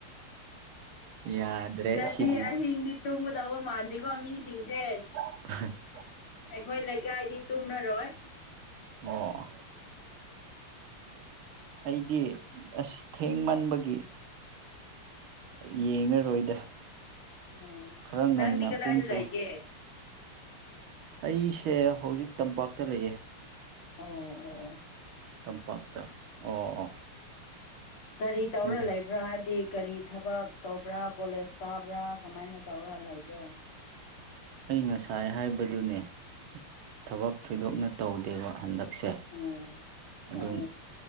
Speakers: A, on the right (about 70°); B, on the left (about 75°).
A: ꯌꯥꯗ꯭ꯔꯦ
B: ꯉꯁꯤ
A: ꯁꯤꯗꯤ
B: ꯑꯍꯤꯡꯗꯤ ꯇꯨꯝꯒꯗꯧꯕ ꯃꯥꯟꯗꯦꯀꯣ ꯃꯤꯁꯤꯡꯁꯦ
A: ꯎ <unintelligible>
B: ꯑꯩꯈꯣꯏ ꯂꯩꯀꯥꯏꯗꯤ ꯇꯨꯝꯅꯔꯣꯏ
A: ꯑꯣ ꯑꯩꯗꯤ ꯑꯁ ꯊꯦꯡꯃꯟꯕꯒꯤ ꯌꯦꯡꯂꯡꯉꯔꯣꯏꯗ
B: ꯑꯣ
A: ꯈꯔ ꯉꯟꯅ
B: ꯅꯪꯗꯤ ꯀꯗꯥꯏꯗ
A: ꯄꯨꯡꯇ
B: ꯂꯩꯒꯦ
A: ꯑꯩꯁꯦ ꯍꯧꯖꯤꯛ ꯇꯝꯄꯥꯛꯇ ꯂꯩꯌꯦ
B: ꯑꯣ ꯑꯣ ꯑꯣ
A: ꯇꯝꯄꯥꯛꯇ ꯑꯣ ꯑꯣ
B: ꯎ ꯀꯔꯤ ꯇꯧꯔ
A: ꯑꯗ
B: ꯂꯩꯕ꯭ꯔꯥ ꯍꯥꯏꯕꯗꯤ ꯀꯔꯤ ꯊꯕꯛ ꯇꯧꯕ꯭ꯔꯥ ꯀꯣꯂꯦꯖ ꯀꯥꯕ꯭ꯔꯥ ꯀꯃꯥꯏꯅ ꯇꯧꯔꯥ ꯂꯩꯕ꯭ꯔꯣ
A: ꯑꯩ ꯉꯁꯥꯏ ꯍꯥꯏꯕꯗꯨꯅꯦ ꯊꯕꯛ ꯊꯣꯏꯗꯣꯛꯅ ꯇꯧꯗꯦꯕ ꯍꯟꯗꯛ ꯁꯦ
B: ꯑꯣ
A: ꯑꯗꯨꯝ
B: ꯑꯣ